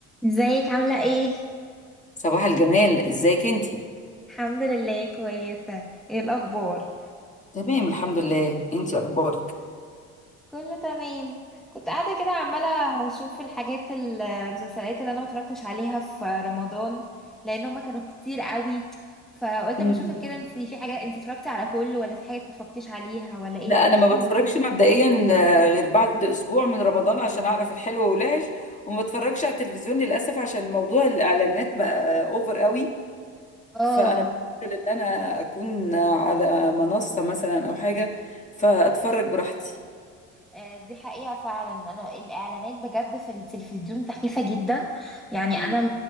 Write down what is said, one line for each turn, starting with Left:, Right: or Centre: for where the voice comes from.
Centre: ازيك عاملة ايه؟
Left: صباح الجمال ازيك انتي
Centre: الحمد لله كويسة ايه الأخبار؟
Left: تمام الحمد لله انتي اخبارك
Centre: كله تمام كنت قاعدة كده عمالة أشوف الحاجات ال- المسلسلات اللي أنا ما اتفرجتش عليها في رمضان لأن هما كانوا كتير قوي فقلت
Left: مم.
Centre: أما أشوفك كده انتي في حاجة انتي اتفرجتي على كله ولا في حاجات ما اتفرجتيش عليها ولا ايه
Left: لا
Centre: يعني
Left: انا
Centre: احكي
Left: ما بتفرجش مبدئيا آه، غير بعد اسبوع من رمضان عشان اعرف الحلو والوحش وما بتفرجش على التلفزيون للاسف عشان موضوع الاعلانات بقى اوفر قوي
Centre: اه
Left: فانا بفضل ان انا اكون على منصة مثلا او حاجة فاتفرج براحتي
Centre: آه، دي حقيقة فعلا أنا الإعلانات بجد في التلفزيون سخيفة جدا يعني
Left: مم.
Centre: أنا